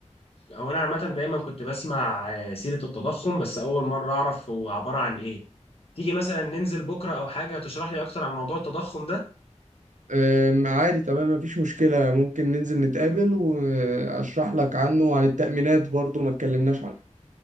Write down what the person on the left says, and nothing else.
هو انا عامه دايما كنت بسمع آه، سيره التضخم بس اول مره اعرف هو عباره عن ايه تيجي مثلا ننزل بكرة أو حاجة تشرح لي أكتر عن موضوع التضخم ده